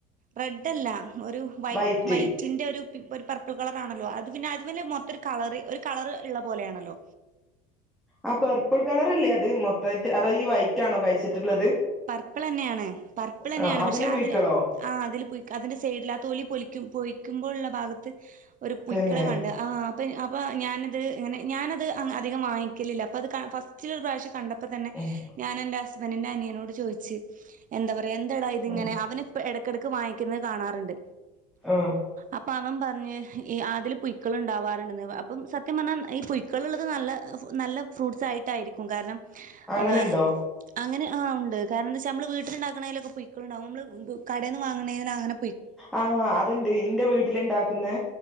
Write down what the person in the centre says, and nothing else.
വൈറ്റ്
ആ പെർപ്പിൾ കളറല്ലേ അത്. മൊത്തവായിട്ട് അതൊ ഈ വൈറ്റ് ആണോ കഴിച്ചിട്ടുള്ളത്
ആ അതില്
പുഴുക്കളോ
തന്നെ
ഉം
ഉം
ആഹ്
അങ്ങനെണ്ടോ
ആഹ് അത്ണ്ട് ഇന്റെ വീട്ടില്ണ്ടാക്ക്ന്നെ